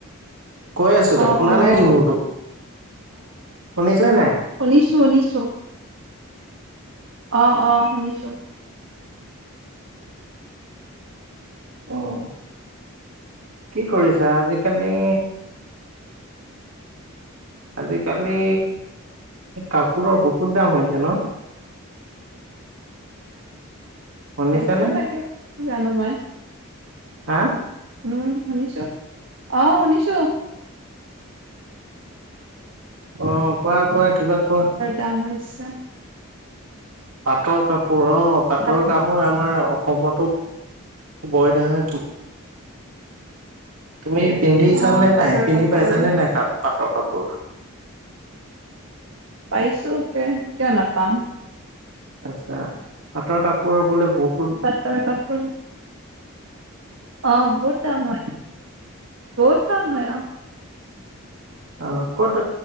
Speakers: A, on the right; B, on the right.
A: কৈ আছোঁ দে,
B: অ'
A: শুনা
B: অ'
A: নাই কি মোৰটো? শুনিছনে নাই?
B: শুনিছোঁ শুনিছোঁ। অ', অ' শুনিছোঁ।
A: অ'। কি কৰিছা? আজিকালি আজিকালি কাপোৰৰ বহুত দাম হৈছে ন'? শুনিছানে
B: হৈছে চাগে, কি জানো মই।
A: হা?
B: উম, শুনিছোঁ। অ' শুনিছোঁ।
A: অ' কোৱা কোৱা, কিবা কোৱা?
B: তামৰ ইচ্চা।
A: পাটৰ কাপোৰ, অ' পাটৰ
B: পাট
A: কাপ মই আমাৰ অসমতো বয় নহয় তুমি পিন্ধিছানে
B: অ' পাটৰ
A: নাই, পিন্ধি
B: কাপোৰ
A: পাইছানে নাই কা-পাটৰ কাপোৰ?
B: পাইছোঁ কে কিয় নাপাম।
A: আচ্ছা, পাটৰ কাপোৰৰ বোলে বহু
B: পাটৰ কাপোৰ। অ বহুত দাম হয়, বহুত দাম হয় অ।
A: অ ক'ত